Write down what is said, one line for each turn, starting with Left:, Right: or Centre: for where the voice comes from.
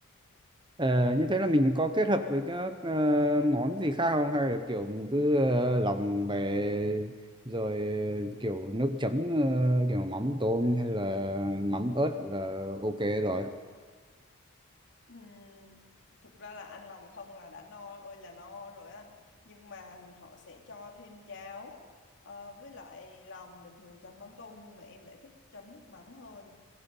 Right: Ờ, như thế là mình có kết hợp với các ờ, món gì khác không hay là kiểu mình cứ ờ, lòng về rồi kiểu nước chấm ờ, kiểu mắm tôm hay là mắm ớt là ok rồi?
Left: Ừm, thực ra là ăn lòng không là đã no ơi là no rồi anh nhưng mà họ sẽ cho thêm cháo Ờ, với lại lòng bình thường chấm mắm tôm nhưng mà em lại thích chấm nước mắm hơn